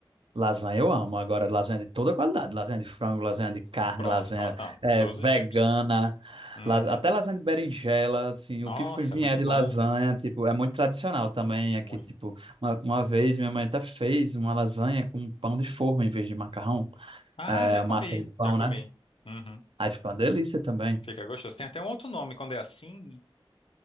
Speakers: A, on the right (about 65°); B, on the left (about 70°).
A: Lasanha eu amo. Agora, lasanha de toda qualidade. Lasanha de frango, lasanha de carne,
B: Pronto,
A: lasanha
B: pronto, então,
A: é,
B: todos
A: vegana,
B: os tipos. Uhum.
A: las- até lasanha de berinjela, assim,
B: Nossa,
A: o que for- vier
B: é muito bom.
A: de lasanha, tipo, é muito tradicional também aqui,
B: Muito.
A: tipo, uma, uma vez minha mãe até fez uma lasanha com pão de forma em vez de macarrão,
B: Ah,
A: é,
B: já comi,
A: massa de pão,
B: já comi.
A: né?
B: Uhum.
A: Aí fica uma delícia também.
B: Fica gostoso. Tem até um outro nome quando é assim,